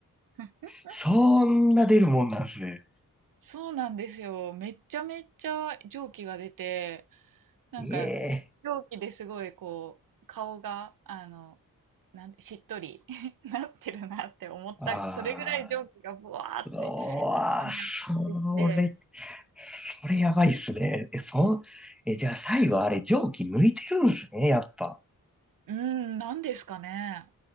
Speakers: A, on the right (about 70°); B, in the centre.
A: <laughs>
B: そんな出るもんなんですね。
A: そうなんですよ。めっちゃめっちゃ蒸気が出て、なんか、
B: いえ。
A: 蒸気ですごいこう、顔が、あの、なんて、しっとり <laughs> なってるなって思った、
B: あ
A: それぐらい蒸気がブワーって
B: ー、うわー、
A: 顔に当たってきて、
B: それ、それやばいっすね。え、そん、え、じゃあ最後あれ蒸気抜いてるんですね、やっぱ。
A: うーん、なんですかね。